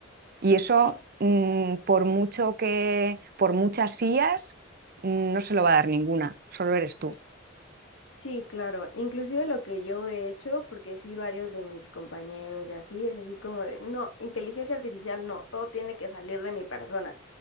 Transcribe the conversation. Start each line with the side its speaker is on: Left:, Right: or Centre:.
Right: y eso,
Left: sí.
Right: mm, por mucho que, por muchas sillas, mm, no se lo va a dar ninguna, solo eres tú.
Left: Sí, claro. Inclusive lo que yo he hecho, porque sí varios de mis compañeros y así, es así como de, no, inteligencia artificial no, todo tiene que salir de mi persona.